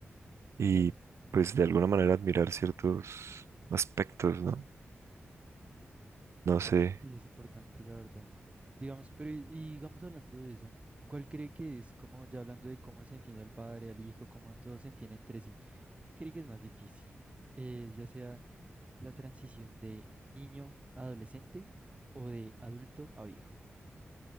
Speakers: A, on the right; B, on the right.
A: y
B: claro.
A: pues de alguna manera admirar ciertos aspectos, ¿no? No sé.
B: Y es importante, la verdad. Digamos, pero y, y digamos hablando de eso, ¿cuál cree que es, como ya hablando de cómo se entiende al padre, al hijo, cómo todos se entienden entre sí, ¿qué cree que es más difícil? Eh, ya sea la transición de niño a adolescente o de adulto a viejo.